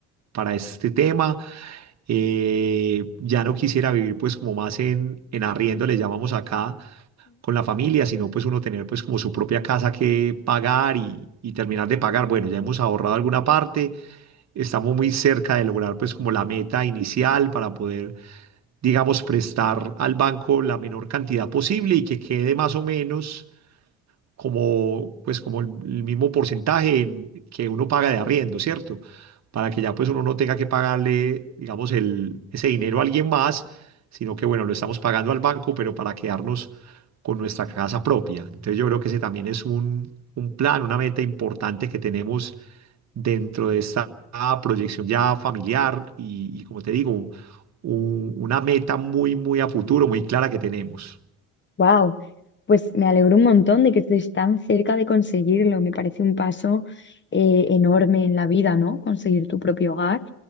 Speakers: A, on the right; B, on the left.
A: para este tema. Eh, ya no quisiera vivir pues como más en, en arriendo, le llamamos acá, con la familia, sino pues uno tener pues como su propia casa que pagar y, y terminar de pagar. Bueno, ya hemos ahorrado alguna parte, estamos muy cerca de lograr pues como la meta inicial para poder, digamos, prestar al banco la menor cantidad posible y que quede más o menos como, pues, como el, el mismo porcentaje en- que uno paga de arriendo, ¿cierto? Para que ya pues uno no tenga que pagarle, digamos, el, ese dinero a alguien más, sino que, bueno, lo estamos pagando al banco, pero para quedarnos con nuestra casa propia. Entonces yo creo que ese también es un, un plan, una meta importante que tenemos dentro de esta proyección ya familiar y, y como te digo, u- una meta muy, muy a futuro, muy clara que tenemos.
B: Wow, pues me alegro un montón de que estés tan cerca de conseguirlo. Me parece un paso eh, enorme en la vida, ¿no? Conseguir tu propio hogar